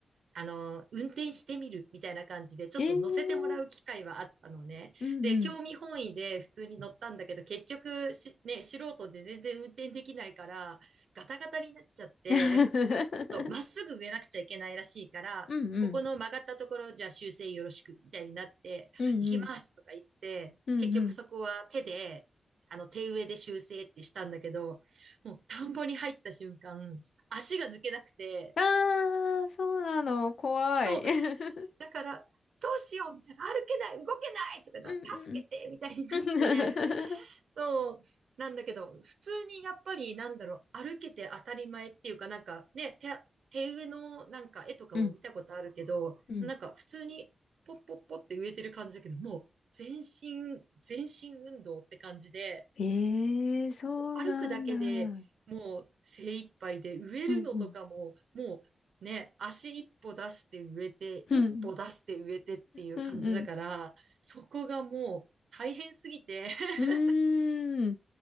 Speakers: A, on the right; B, on the left.
A: あの、運転してみるみたいな感じで、ちょっと乗せてもらう機会はあったのね。
B: ええーうんうん。
A: で、興味本位で普通に乗ったんだけど、結局し、ね、素人で全然運転できないから、ガタガタになっちゃって、
B: <laughs>
A: とまっすぐ植えなくちゃいけないらしいから、
B: うんうん。
A: ここの曲がったところじゃあ修正よろしくみたいになって、
B: うんうん。
A: 行きますとか言って、
B: うんうん。
A: 結局そこは手で、あの手植えで修正ってしたんだけど、もう田んぼに入った瞬間、足が抜けなくて、
B: ああ、そうなの。怖い。
A: そう、
B: <laughs>
A: だから、どうしようみたいな、歩けない、動けないとかな、
B: うんうん。
A: 助けてみたいになって、
B: <laughs>
A: そう。なんだけど、普通にやっぱりなんだろう、歩けて当たり前っていうかなんかね、手、手植えのなんか絵とかも見たことあるけど、
B: うん。<laughs> うん
A: なんか普通にポッポッポって植えてる感じだけど、もう全身、全身運動って感じで、
B: ええそうなんだ。
A: 歩くだけでもう精一杯で植えるのとかも、
B: うんうん。
A: もうね、足一歩出して植えて、
B: うん。
A: 一歩出して植えてっていう感じだから、
B: うんうん。
A: そこがもう大変すぎて、<laughs>
B: うーん。